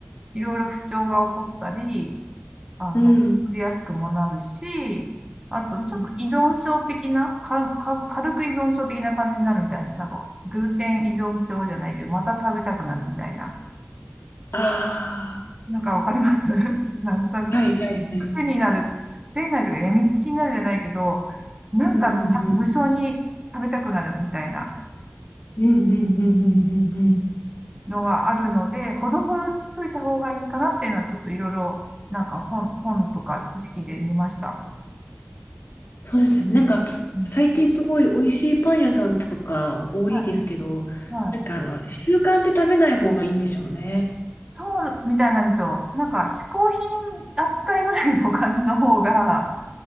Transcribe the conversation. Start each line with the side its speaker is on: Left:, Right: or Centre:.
Right: いろいろ不調が起こったり、あの、
Left: うん。
Right: 取りやすくもなるし、あと、
Left: うん。
Right: ちょっと依存症的な、か、か、軽く依存症的な感じになるみたいです。なんか、グルテン依存症じゃないけど、また食べたくなるみたいな。
Left: あ
Right: なんかわかります <laughs> なんとなく、
Left: あ、はいはいはい。
Right: 癖になる、癖になるというか、病みつきになるじゃないけど、なんかた無性に食べたくなるみたいな
Left: うんうん。うんうんうんうんうんうん。
Right: のがあるので、ほどほどにしといた方がいいかなっていうのは、ちょっといろいろ、なんか本、本とか知識で見ました。
Left: そうですよね。なんか、
Right: うん
Left: 最近すごい美味しいパン屋さんとか多いですけど、
Right: はいはい。
Left: なんかあの、習慣で食べない方がいいんでしょうね。
Right: そうみたいなんですよ。なんか、嗜好品扱いぐらいの感じの方が、